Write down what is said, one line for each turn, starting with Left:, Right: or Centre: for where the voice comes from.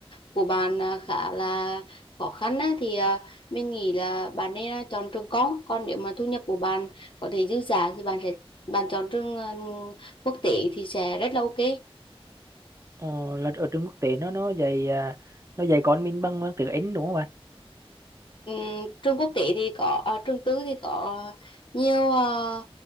Left: của bạn à, khá là khó khăn á, thì à, mình nghĩ là bạn nên à, chọn trường công còn nếu mà thu nhập của bạn có thể dư giả thì bạn sẽ bạn chọn trường à, quốc tế thì sẽ rất là ok
Right: Ờ, là ở trường quốc tế nó nó dạy à, nó dạy con mình bằng, bằng tiếng Anh đúng không bạn?
Left: Ừm, trường quốc tế thì có ờ, trường tư thì có nhiều ờ,